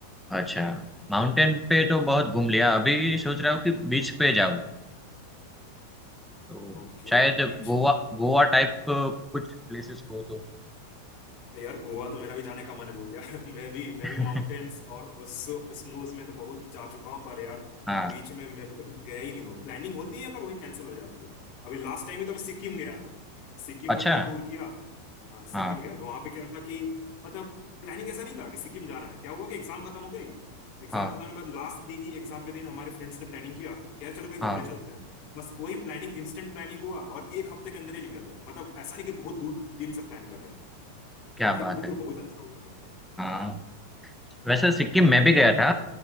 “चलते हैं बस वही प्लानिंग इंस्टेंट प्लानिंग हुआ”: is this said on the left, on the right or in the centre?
Left